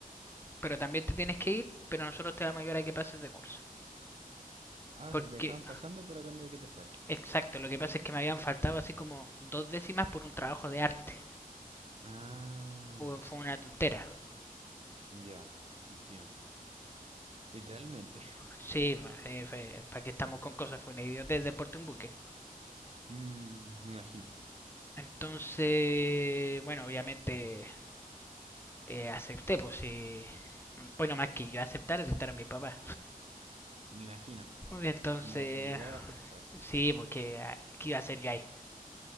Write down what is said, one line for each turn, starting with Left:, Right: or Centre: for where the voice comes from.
Left: pero también te tienes que ir, pero nosotros te vamos a ayudar a que pases de curso.
Right: Ah,
Left: Porque,
Right: o sea, te dejaban pasando, pero a cambio de que te fueras.
Left: exacto, lo que pasa es que me habían faltado así como dos décimas por un trabajo de arte.
Right: Ah,
Left: Fue una tontera.
Right: ya, entiendo. Literalmente.
Left: Sí, bueno, sí, fue- ¿para qué estamos con cosas? Fue una idiotez del porte un buque.
Right: Mm, me imagino,
Left: Entonces, bueno, obviamente eh, acepté, pues sí. Bueno, más que yo aceptar, aceptaron mis papás.
Right: me imagino,
Left: Entonces,
Right: como obligado a aceptar.
Left: sí, porque ah, ¿qué iba a hacer yo ahí?